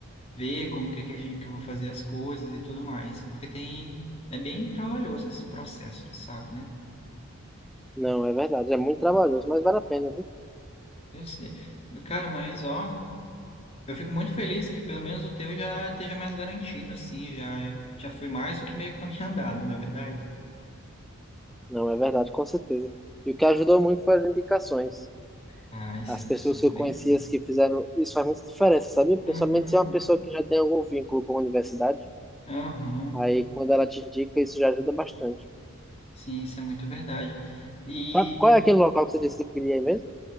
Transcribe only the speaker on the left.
ver como que, é que, a gente, que eu vou fazer as coisas e tudo mais. Porque tem. É bem trabalhoso esse processo, tu sabe, né?
Eu sei. Cara, mas ó, eu fico muito feliz que pelo menos o teu já esteja mais garantido, assim, já, é- já foi mais do que meio caminho <laughs> andado, não é verdade?
Ah, isso,
isso
também.
Uhum,
aham.
Sim, isso é muito verdade. E